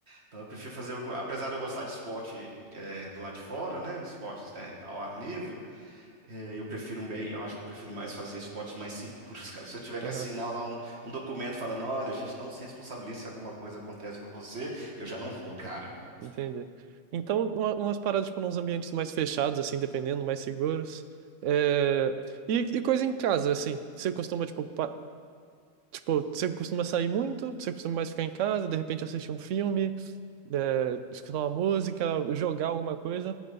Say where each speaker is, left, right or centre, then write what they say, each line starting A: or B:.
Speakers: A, on the right (about 55°); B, on the right (about 75°).
A: Então eu prefiro fazer, uma co- apesar de eu gostar de esporte é, do lado de fora, né? Esportes, né, ao ar livre. É, eu prefiro um bem, eu acho que eu prefiro mais fazer esportes mais seguros, cara. Se eu tiver que
B: aham,
A: assinar lá um, um documento falando, olha, a gente não se responsabiliza se alguma coisa acontece com você, eu já não vou, cara.
B: entendi. Então, uma- umas paradas, tipo, nos ambientes mais fechados, assim, dependendo, mais seguros. É, E, e coisa em casa, assim, você costuma, tipo, pa- Tipo, você costuma sair muito? Você costuma mais ficar em casa, de repente assistir um filme, é, escutar uma música, jogar alguma coisa?